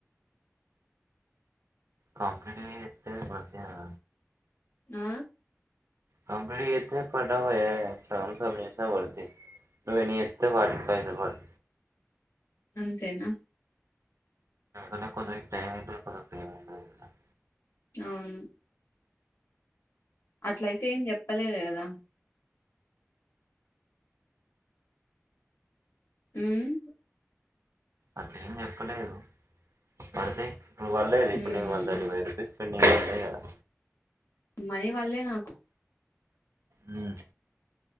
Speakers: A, on the right; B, on the left.
A: కంప్లీట్ గా తే పడుతాయ రా
B: ఆ
A: కంప్లీట్ చేత్తె పడవు వే, సగం సగం చేసిన పడుతయి. నువు ఎన్ని జేత్తె వాటికి పైసలు పడు
B: అంతేనా
A: అంటే కొంచెం టైం <unintelligible>
B: అవును అట్లయితే ఏం చెప్పలేదు కదా. మ్మ్
A: అట్లేం చెప్పలేదు పడుతయి. నువు పడ్లేదు ఇప్పుడు
B: మ్మ్
A: నీపు వన్ తర్టి ఫైవ్ రూపీస్ పెం <inaudible>
B: మనీ వడ్లే నాకు.
A: మ్మ్